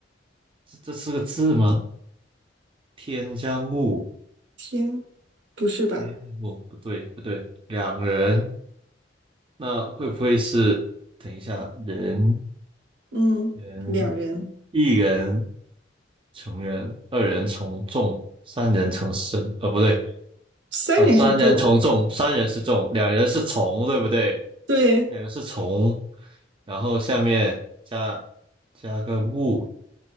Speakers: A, on the right; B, on the right.
A: 这这是个字吗？天加木，
B: 天，不是吧？
A: 天加木不对不对，两人那会不会是？等一下，人
B: 嗯，
A: 人
B: 两人，
A: 一人成人，二人从众，三人成森。呃，不对，
B: 三人是重。
A: 呃，三人从众，三人是众，两人是从，对不对？
B: 对，
A: 两人是从，然后下面加加个木，